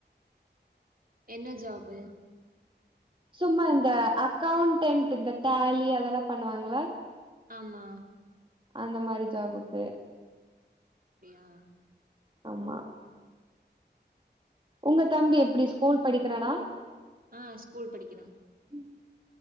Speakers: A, on the right; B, on the right.
A: என்ன ஜாபு
B: சும்மா இந்த அக்கவுண்டன்ட் இந்த டேலி அதெல்லா பண்ணுவாங்களா
A: ஆமா
B: அந்த மாரி ஜாபுக்கு
A: ப்டியா
B: ஆமா உங்க தம்பி எப்புடி ஸ்கூல் படிக்கிறானா
A: ஆ ஸ்கூல் படிக்கிறா
B: ம்